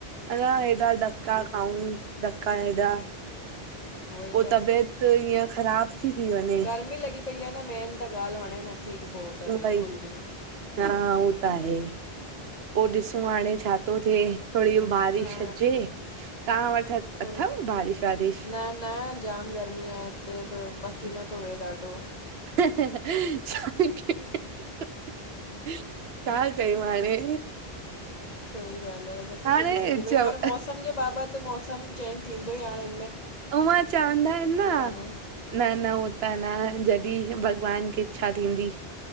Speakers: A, on the right (about 75°); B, on the left (about 40°).
A: अञा हेॾा धका खाऊं धका हेॾा
B: उहो ई
A: पो
B: त
A: तबियत त ईअं ख़राब थी थी वञे
B: गर्मी लॻी पई आहे न मेन त ॻाल्हि वणे नथी की पो त
A: उहोई
B: बिल्कुल भी।
A: हा उहो त आहे पो ॾिसूं हाणे छा थो थिए। थोड़ी इहो बारिश
B: हा
A: अचे तव्हां वट
B: थोरो
A: अथव बारिश वारिश?
B: न न जाम गर्मी आहे हिते ब पसीनो थो वए ॾाढो।
A: <unintelligible> छा कयूं हाणे।
B: सही ॻाल्ह आहे नथो
A: हाणे
B: पुॾी सघूं भाई
A: चव
B: हाणे मौसम जे बाबत मौसम चेंज थींदो ई आहे।
A: उहा चवंदा आहिन ना।
B: कान्हे
A: न न हो त न जॾहिं भॻवान खे इच्छा थींदी।